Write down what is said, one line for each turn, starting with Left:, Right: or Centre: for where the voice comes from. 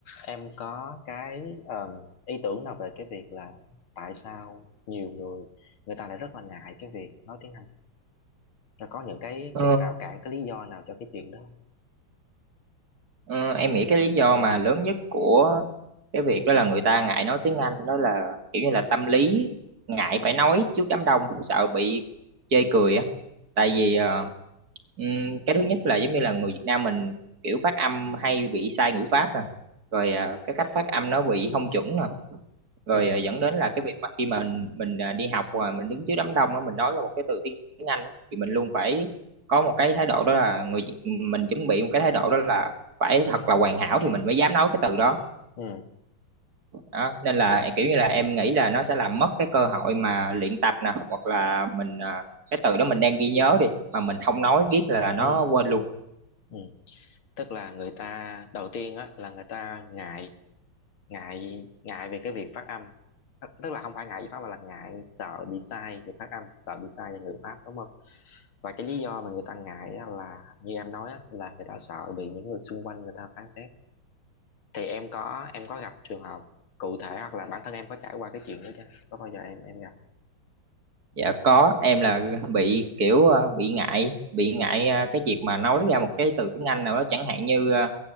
Left: em có cái ờ, ý tưởng nào về cái việc là tại sao nhiều người người ta lại rất là ngại cái việc nói tiếng Anh rồi có những cái
Right: Ờ,
Left: cái rào cản cái lý do nào cho cái chuyện đó không?
Right: ờ, em nghĩ cái lý do mà lớn nhất của cái việc đó là người ta ngại nói tiếng Anh đó là kiểu như là tâm lý ngại phải nói trước đám đông sợ bị chê cười á tại
Left: ừ
Right: vì ờ, ừm, cái thứ nhất là giống như là người Việt Nam mình kiểu phát âm hay bị sai ngữ pháp nè rồi ờ, cái cách phát âm nó bị không chuẩn nè rồi
Left: ừ
Right: ờ, dẫn đến là cái việc mà khi mà mình, mình ờ, đi học và mình đứng trước đám đông á mình nói ra một cái từ tiếng Anh á, thì mình luôn phải có một cái thái độ đó là người mình chuẩn bị một cái thái độ đó là phải thật là hoàn hảo thì mình mới dám nói cái từ đó,
Left: ừ
Right: đó. nên là kiểu như là em nghĩ là nó sẽ làm mất cái cơ hội mà luyện tập nè hoặc là mình ờ, cái từ đó mình đang ghi nhớ đi mà mình không nói riết là nó
Left: ừ
Right: quên luôn
Left: ừ tức là người ta đầu tiên á là người ta ngại ngại ngại về cái việc phát âm Tức tức là không phải ngại về pháp mà là ngại sợ bị sai về phát âm sợ bị sai về ngữ pháp đúng không và cái lý do mà người ta ngại á là như em nói á, là người ta sợ bị những người xung quanh người ta phán xét thì em có em có gặp trường hợp cụ thể hoặc là bản thân em có trải qua cái chuyện đó chưa có bao giờ em em gặp
Right: dạ có em là bị kiểu ờ, bị ngại bị ngại ờ, cái việc mà nói ra một cái từ tiếng Anh nào đó chẳng hạn như ờ,